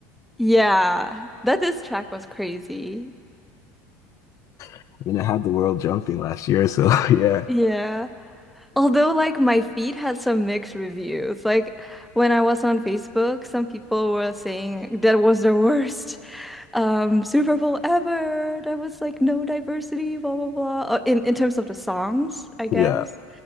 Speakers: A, in the centre; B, on the left.
A: Yeah, that this track was crazy.
B: I mean, I had the world jumping last year, so <laughs> yeah.
A: Yeah. Although like my feed had some mixed reviews. Like when I was on Facebook, some people were saying that was the worst um Super Bowl ever. That was like no diversity, blah blah blah. Uh, in in terms of the songs, I guess.
B: Yeah.